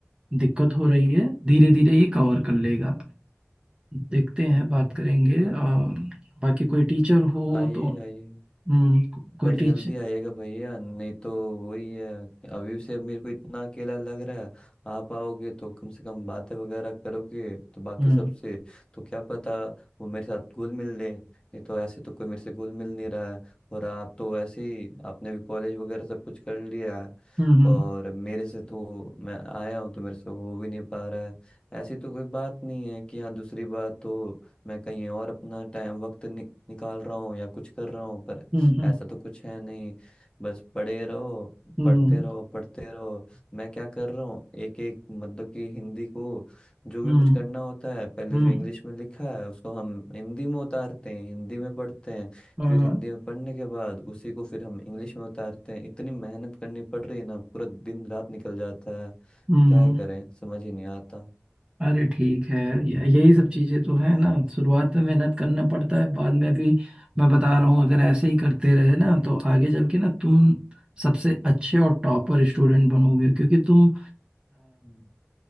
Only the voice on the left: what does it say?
हम्म,
हम्म,
हाँ
आइए
आइए
पर जल्दी
आइएगा भैया नहीं तो वही है अभी से मेरे को इतना अकेला लग रहा है आप आओगे तो कम से कम बातें वगैरह करोगे तो बाकी
सबसे तो क्या पता वो मेरे साथ घुल मिल ले नहीं तो ऐसे तो कोई मेरे से घुल मिल नहीं रहा है और आप तो वैसे ही आपने भी कॉलेज वगैरह सब कुछ कर लिया है
और मेरे से तो मैं आया हूँ तो मेरे से हो भी नहीं पा रहा है ऐसी तो कोई बात नहीं है कि हाँ दूसरी बात तो मैं कहीं और अपना टाइम वक्त नि, निकाल रहा हूँ या कुछ कर रहा हूँ पर
ऐसा तो कुछ है नहीं बस पढ़े रहो
पढ़ते रहो पढ़ते रहो मैं क्या कर रहा हूँ एक एक मतलब कि हिंदी को जो भी
कुछ करना होता है पहले
जो इंग्लिश में लिखा है उसको हम हिंदी में उतारते हैं हिंदी में पढ़ते हैं
फिर
हिंदी में पढ़ने के बाद उसी को फिर हम इंग्लिश में उतारते हैं इतनी मेहनत करनी पड़ रही है ना पूरा दिन रात निकल जाता है
क्या
ही करें समझ ही नहीं आता
हम्म।